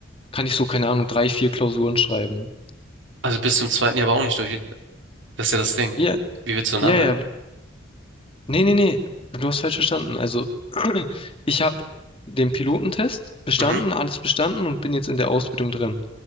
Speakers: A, on the left; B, on the right.
A: Kann ich so, keine Ahnung, drei, vier Klausuren schreiben.
B: also bis zum zweiten Jahr aber auch nicht durch. Das ist ja das Ding.
A: Ja,
B: Wie willst du denn
A: ja,
B: arbeiten?
A: ja. Nee, nee, nee. Du hast falsch verstanden. Also, <clears throat> ich habe den Pilotentest bestanden,
B: Mhm.
A: alles bestanden und bin jetzt in der Ausbildung drin.